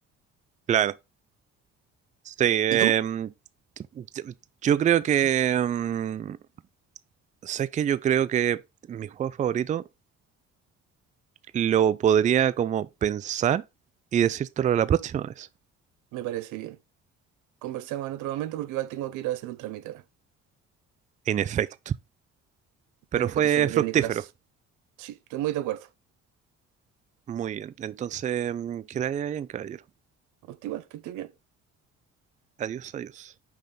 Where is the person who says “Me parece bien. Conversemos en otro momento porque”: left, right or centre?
Right